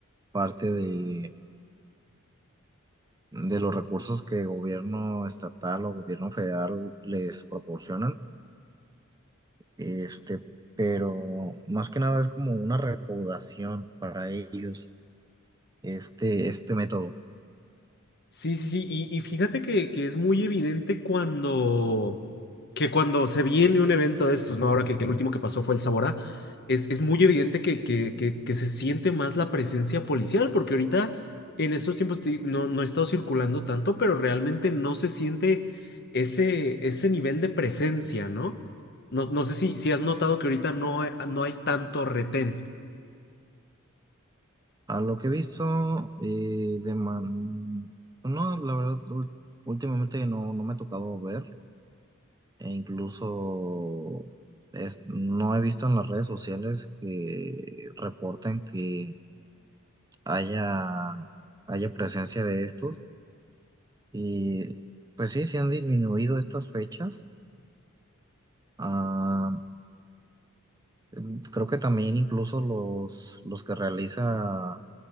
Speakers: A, on the right; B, on the left.
A: parte de, de los recursos que gobierno estatal o gobierno federal les proporcionan, este, pero más que nada es como una recaudación para ellos, este, este método.
B: Sí, sí, sí, y, y fíjate que, que es muy evidente cuando, que cuando se viene un evento de estos, ¿no? Ahora que, que el último que pasó fue el Saborá, es, es muy evidente que, que, que, que se siente más la presencia policial, porque ahorita en estos tiempos te- no, no he estado circulando tanto, pero realmente no se siente ese, ese nivel de presencia, ¿no? No, no sé si, si has notado que ahorita no, no hay tanto retén.
A: A lo que he visto, eh, de man... No, la verdad, ul- últimamente no, no me ha tocado ver, e incluso es- no he visto en las redes sociales que reporten que haya, haya presencia de estos. Y pues sí, se han disminuido estas fechas. Ah, mm, creo que también incluso los, los que realiza